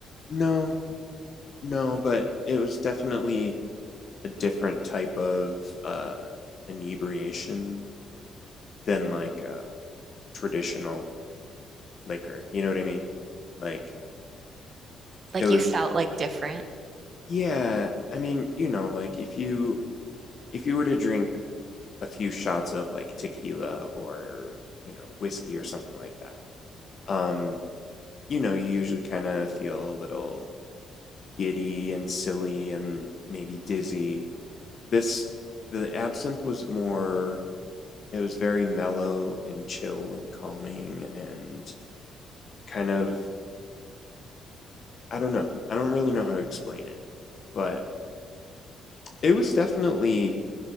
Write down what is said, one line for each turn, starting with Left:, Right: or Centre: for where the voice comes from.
Left: No, no, but it was definitely a different type of uh, inebriation than like uh, traditional liquor. You know what I mean? Like
Right: Like
Left: it was.
Right: you felt like different.
Left: Yeah, I mean, you know, like if you if you were to drink a few shots of like tequila or you know whiskey or something like that, um, you know, you usually kind of feel a little giddy and silly and maybe dizzy. This, the absinthe was more, it was very mellow and chill and calming and kind of, I don't know. I don't really know how to explain it, but it was definitely